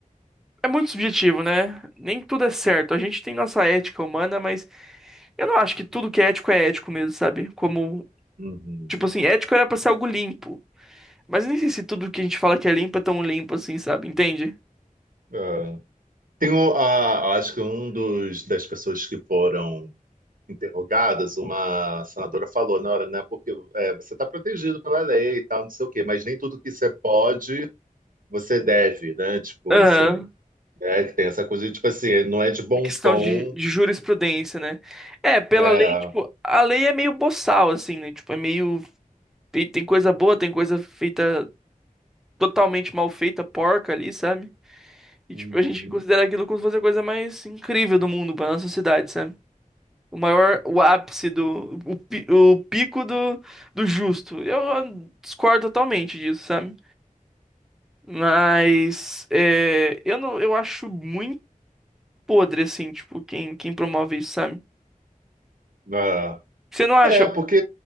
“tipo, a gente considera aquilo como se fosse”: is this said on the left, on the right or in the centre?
Centre